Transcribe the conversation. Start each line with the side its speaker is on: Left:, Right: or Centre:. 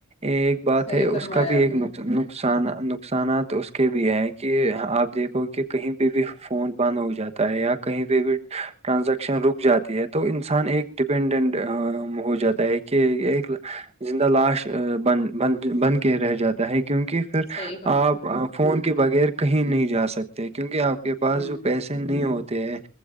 Right: ایک بات
Left: صحیح
Right: ہے اس
Left: فرمایا
Right: کا بھی
Left: آپ
Right: ایک
Left: نے
Right: نقص ن نقصان نقصانات اس کے بھی ہے کہ آپ دیکھو کہ کہیں پہ بھی فون بند ہو جاتا تا ہے یا کہیں پہ بھی ٹرانزیکشن رک جاتی ہے تو انسان ایک ڈپینڈنٹ ہو جاتا ہے کہ ایک زندہ لاش بن ب بن کے رہ جاتا ہے کیونکہ پھر
Left: صحیح فرمایا
Right: آپ
Left: نے
Right: فون کے بغیر کہیں نہیں جا سکتے کیونکہ آپ کے پاس
Left: ہوں
Right: جو پیسے نہیں ہوتے ہیں